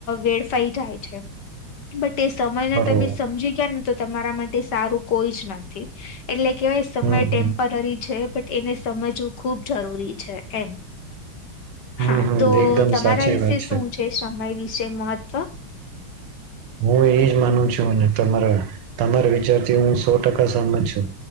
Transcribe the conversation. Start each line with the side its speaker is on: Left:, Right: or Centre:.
Left: વેડફાઈ જાય છે તે સમયને
Right: બરોબર
Left: તમે સમજી ગયા નથી તો તમારા માટે સારું કોઈ જ નથી થી એટલે કેવાય સમય
Right: હમ
Left: ટેમ્પરરી
Right: હમ
Left: છે બટ એને સમજવું ખૂબ જરૂરી છે એમ હા
Right: હમ હમ
Left: તો
Right: એકદમ
Left: તમારા
Right: સાચી
Left: વિશે
Right: વાત
Left: શું છે સમય વિશે મહત્વ <unintelligible> <inaudible>
Right: હું એજ માનું છું અને તમારા તમારા વિચાર થી હું સો ટકા સહમત છું